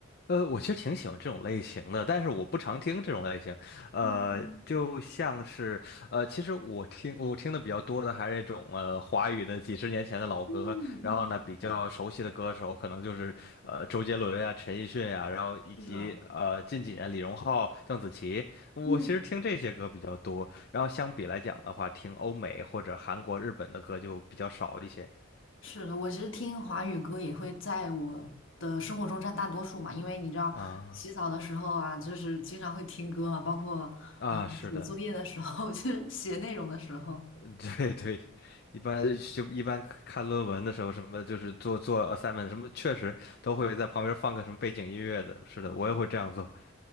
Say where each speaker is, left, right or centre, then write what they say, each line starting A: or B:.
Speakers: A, on the left (about 50°); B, on the left (about 70°).
A: 呃，我其实挺喜欢这种类型的，但是我不常听这种类型。呃，
B: 嗯嗯
A: 就像是呃，其实我听我听的比较多的还是那种呃华语的几十年前的老歌，
B: 嗯，
A: 然后呢比较熟悉的歌手可能就是呃周杰伦呀、
B: 嗯，对，
A: 陈奕迅呀，然后以及呃近几年李荣浩、
B: 是的，
A: 邓紫棋，我其实听这些歌比较多。
B: 嗯，
A: 然后相比来讲的话，听欧美或者韩国、日本的歌就比较少一些。
B: 是的，我其实听华语歌也会在我的生活中占大多数嘛，因为你知道，
A: 啊
B: 洗澡的时候啊，就是经常会听歌嘛，包括嗯写作业的时候，
A: 啊，是的。
B: <laughs> 就是写内容的时候。
A: <laughs> 对对，一般就一般看论文的时候，什么就是做做 assignment 什么，确实都会在旁边放个什么背景音乐的。是的，
B: 嗯。
A: 我也会这样做。